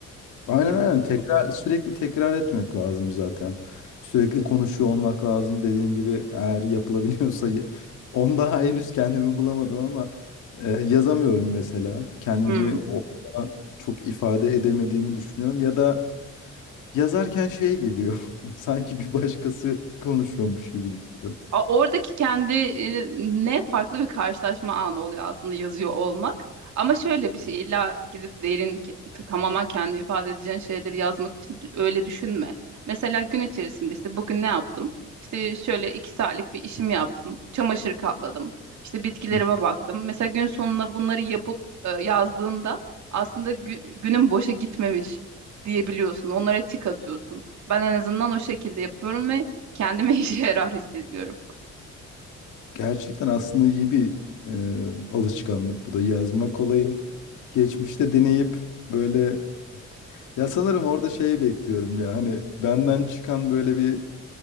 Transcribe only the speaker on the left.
Aynen
aynen. Tekrar, sürekli tekrar etmek lazım zaten. Sürekli konuşuyor olmak lazım. Dediğim gibi eğer yapılabiliyorsa y- <laughs> onda henüz kendimi bulamadım ama e, yazamıyorum mesela. Kendimi
orada çok ifade edemediğimi düşünüyorum ya da Yazarken şey geliyor. <laughs> Sanki bir başkası konuşuyormuş gibi geliyor.
Hı.
Gerçekten aslında iyi bir e, alışkanlık bu da. yazmak olayı geçmişte deneyip böyle ya sanırım orada şey bekliyorum ya hani benden çıkan böyle bir